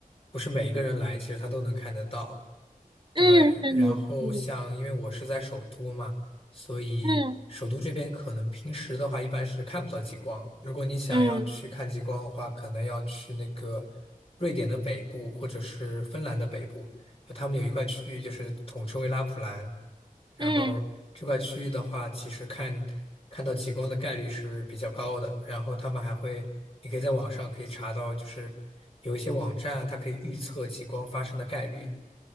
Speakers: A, on the left; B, on the right.
A: 不是每一个人来，其实他都能看得到。对，
B: 嗯嗯嗯
A: 然后像因为我是在首都嘛，所以首都这边可能平时的话一般是看不到极光。
B: 嗯
A: 如果你想要去看极光的话，
B: 嗯
A: 可能要去那个瑞典的北部或者是芬兰的北部，就他们有一块区域就是统称为拉普兰。然后这块区域的话，
B: 嗯，
A: 其实看看到极光的概率是比较高的。然后他们还会，你可以在网上可以查到，就是有一些网站它可以预测极光发生的概率。